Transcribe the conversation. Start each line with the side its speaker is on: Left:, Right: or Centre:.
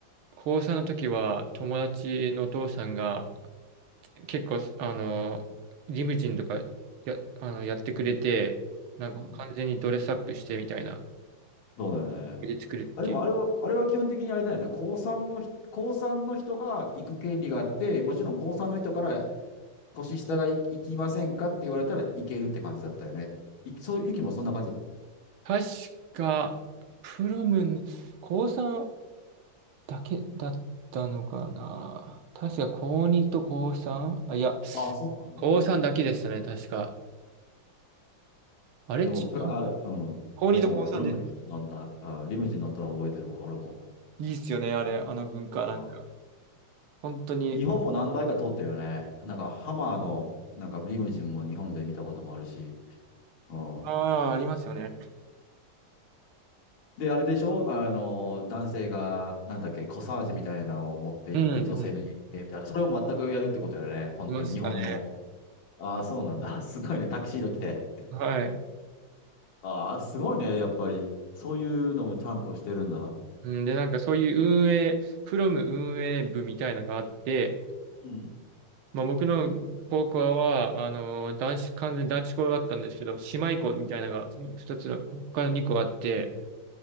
Right: 高3の時は友達のお父さんが結構、あの、リムジンとかや、あの、やってくれて、なんか完全にドレスアップしてみたいな、
Left: うんそうだよね。
Right: で作るっていう。
Left: あ、でもあれは、あれは基本的にあれだよね。高三の人高三の人が行く権利があって、もちろん高三の人から年下が行行きませんかって言われたら行けるって感じだったよね。い、そう、ゆきもそんな感じだっ
Right: 確か、プロムに、高3だけだったのかな。確か、高2と高 3? あ、いや、
Left: た。ああ、そうなんだ。
Right: 高3だけでしたね、確か。あれ違う
Left: でも、プラ、あ、うん。
Right: 高2と高3です。
Left: でも、俺もリムジン乗った、あ、リムジン乗ったの覚えてるわ、俺も。
Right: いいっすよね、あれ、あの文化、なんか。
Left: あ
Right: 本当に。
Left: ー、日本も何台か通ってるよね。なんか、ハマーの、なんかリムジンも日本で見たこともあるし。うん。
Right: ああ、ありますよね。
Left: で、あれでしょあの、男性が、なんだっけ、コサージュみたいなのを持って行って、
Right: うん、
Left: 女性の家に行ってみたいな。
Right: うん。
Left: それを全くやるってことよね。本当に日本の。
Right: いましたね。
Left: ああ、そうなんだ。<laughs> すごいね。タキシード着て。
Right: はい。
Left: ああ、すごいね。やっぱり。そういうのもちゃんとしてるんだ。
Right: うん、で、なんかそういう運営、プロム運営部みたいなのがあって、
Left: うん。
Right: まあ、僕の高校は、あの、男子、完全に男子校だったんですけど、姉妹校みたいなのが二つの、他の2校あって、